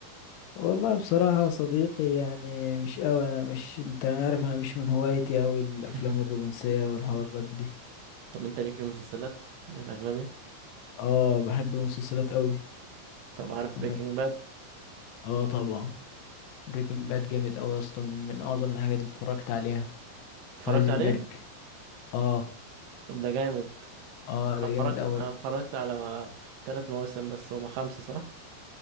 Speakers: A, on the left (about 85°); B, on the right (about 75°).
A: والله بصراحة يا صديقي يعني مش قوي انا مش انت عارف انا مش من هوايتي قوي الافلام
B: <laughs>
A: الرومانسية والحوارات دي
B: طب انت ليك في المسلسلات الاجنبي
A: اه بحب المسلسلات قوي
B: طب عارف
A: اه
B: بريكنج باد
A: آه، طبعا بريكنج باد جامد قوي يا اسطى من من اعظم الحاجات اللي اتفرجت عليها
B: اتفرجت
A: هايزنبرج
B: عليه
A: اه
B: طب ده جامد
A: اه
B: انا
A: ده
B: اتفرجت
A: جامد قوي
B: انا اتفرجت على ثلاث مواسم بس هما خمسة صح